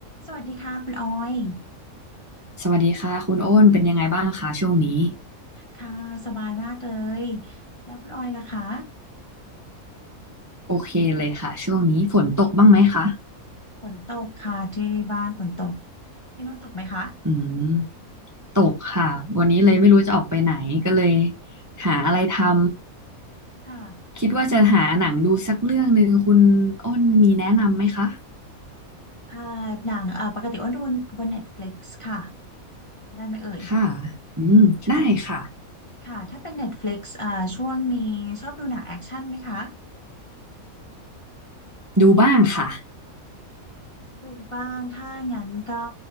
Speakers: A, on the left (about 35°); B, on the right (about 20°).
A: สวัสดีค่ะคุณออย
B: สวัสดีค่ะคุณโอ้นเป็นยังไงบ้างคะช่วงนี้
A: ค่ะสบายมากเลย แล้วคุณออยล่ะคะ
B: โอเคเลยค่ะช่วงนี้ฝนตกบ้างไหมคะ
A: ฝนตกค่ะที่บ้านฝนตก ที่นู้นตกไหมคะ
B: อืมตกค่ะวันนี้เลยไม่รู้จะออกไปไหนก็เลยหาอะไรทำ
A: ค่ะ
B: คิดว่าจะหาหนังดูสักเรื่องหนึ่งคุณโอ้นมีแนะนำไหมคะ
A: อ่าหนังเอ่อปกติอ้วนดูบน Netflix ค่ะ ได้ไหมเอ่ย
B: ค่ะอืมได้ค่ะ
A: ค่ะถ้าเป็น Netflix อ่าช่วงนี้ชอบดูหนังแอคชั่นไหมคะ
B: ดูบ้างค่ะ
A: ดูบ้าง ถ้างั้นก็